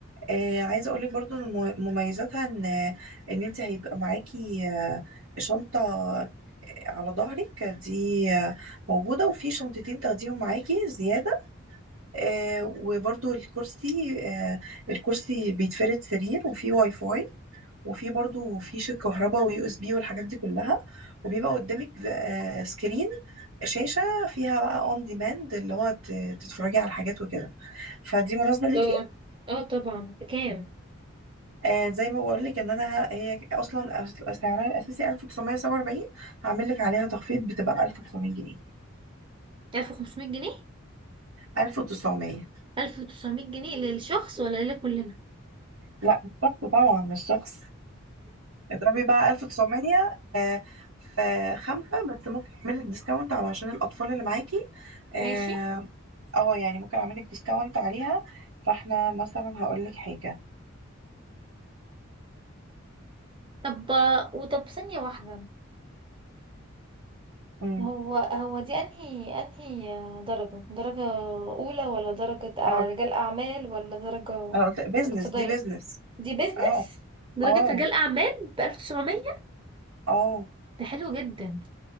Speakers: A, on the right; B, on the right.
A: آه عايزه اقول لك برضو ان مم- مميزاتها ان ان انت هيبقى معاكي آه، شنطه على ظهرك دي آه، موجوده وفي شنطتين تاخديهم معاكي زياده آه وبرضو الكرسي آه الكرسي بيتفرد سرير وفيه واي فاي وفي برضو فيش الكهرباء ويو اس بي والحاجات دي كلها وبيبقى قدامك آه، سكرين شاشة فيها بقى اون ديماند اللي هو ت- تتفرجي على حاجات وكده فدي مناسبة ليكي
B: لا اه طبعا بكام
A: آه زي ما بقول لك ان انا هي اصلا أس- سعرها الاساسي 1947 هعمل لك عليها تخفيض بتبقى 1900 جنيه
B: 1500 جنيه
A: 1900
B: 1900 جنيه للشخص ولا لكلنا
A: لا مش شخص طبعا مش شخص اضربي بقى 1900 آه في خمسة بس ممكن اعمل لك ديسكاونت علشان الاطفال اللي معاكي آه،
B: ماشي
A: اه يعني ممكن اعملك ديسكاونت عليها فاحنا مثلا هقول لك حاجه
B: طب وطب ثانية واحدة
A: امم
B: هو هو دي انهي انهي درجة درجة أولى ولا درجة أع-
A: هقول
B: رجال أعمال ولا درجة
A: هقول بيزنس
B: اقتصادية
A: دي بيزنس
B: دي بيزنس
A: اه
B: درجة
A: اه
B: رجال أعمال بألف تسعمية
A: اه
B: ده حلو جدا